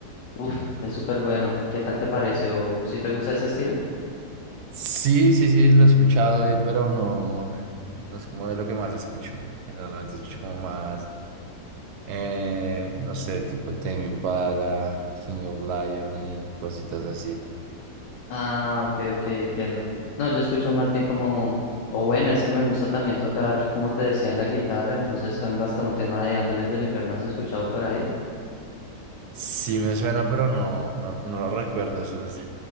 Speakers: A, on the left; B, on the right.
A: Uf, es súper bueno. ¿Qué tal te parece? ¿O si te gusta ese estilo?
B: Sí, sí, sí, lo he escuchado, eh, pero no, no es como de lo que más escucho. Generalmente escucho como más, eh, no sé, tipo Tame Impala, King of Lion y cositas así.
A: Ah, ok, ok, entiendo. No, yo escucho más bien como, o bueno, es que me gusta también tocar, como te decía, la guitarra. Entonces tengo hasta un tema de Ángeles del Infierno. ¿Has escuchado por ahí?
B: Sí me suena, pero no, no, no lo recuerdo. ¿Eso es,